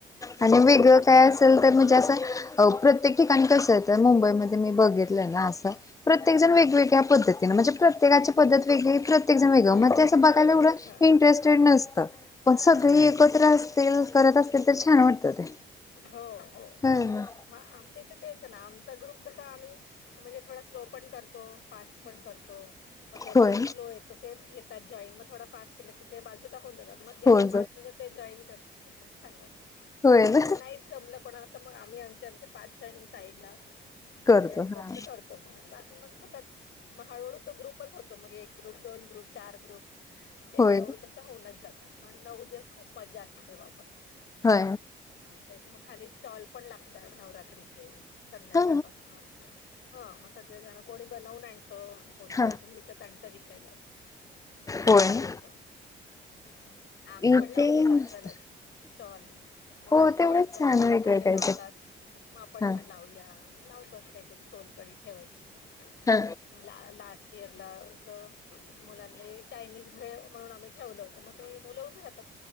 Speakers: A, on the left; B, on the left.
A: खूप
B: आणि वेगळं
A: छान असते
B: काय असं तर म्हणजे असं प्रत्येक ठिकाणी कसं आहे तर मुंबईमध्ये मी बघी तल ना असं प्रत्येक
A: हा
B: जण वेगवेगळ्या पद्धतीने म्हणजे प्रत्येकाची
A: हो
B: पद्धत वेगवेगळी प्रत त्येक जण वेगळ
A: वेग
B: म असं बघायला एवंढं
A: हा.
B: इंटरेस्टेड नसतं पण
A: नाही
B: सगळी
A: तेच
B: एकत्र
A: ना
B: अस रील्स करत असतील तर छान वाटत ते.
A: हो हो
B: हा
A: म आमच्या इथे तेच ना आमचा ग्रुप कसा आम्ही म्हणजे थोडा स्लो पण करतो. फास्ट पण करतो मग ज्यांना
B: होय
A: स्लो ये तर ते येतात जॉईन मग थोडा पास केला कि ते बाजूला होऊन जातात. मग ज्यांना
B: होय
A: फास्ट होतं ते जॉईन करत म खूप छान वाटतं.
B: होय
A: आणि
B: न
A: मग नाहीच जमलं कोणाला तर मग आम्ही आमच्या आमच्या पाच जणी साईडला
B: करतो
A: आम्ही आमचं
B: हा
A: आमच करतो म आणि बा मग होतात म हळूहळू तो ग्रुपच होतो मग एक ग्रुप दोन ग्रुप चार ग्रुप ते
B: होय
A: हळूहळू तसं होऊनच जात पण नऊ दिवस खूप मजा असते तेव्हा पण.
B: हा
A: आमच्या इथे मग खाली स्टॉल पण लागतात नवरात्रीचे संध्याकाळपासन
B: हा
A: हा मग सगळेजण कोणी बनवल आणत कोण
B: हा
A: बाहेरून विकत आणत विकायलाच पण
B: होय
A: छान असत. ह आम्ही
B: इथे
A: पण लावतो बरेच
B: मस्त
A: वेळेला स्टॉल. मुलांना
B: हो तेवढंच
A: वाटत आई
B: छान वेगळं
A: सगळे
B: काहीतरी
A: लावतात मग आपण
B: हा
A: पण लाव लाऊया मग लावतोस काहीतरी सोलकडी ठेवायची.
B: हा
A: म ला लास्ट इयरला अस मुलांनी चायनीज भेळ म्हणून आम्ही ठेवलं होतं म ते मुलं उभी राहतात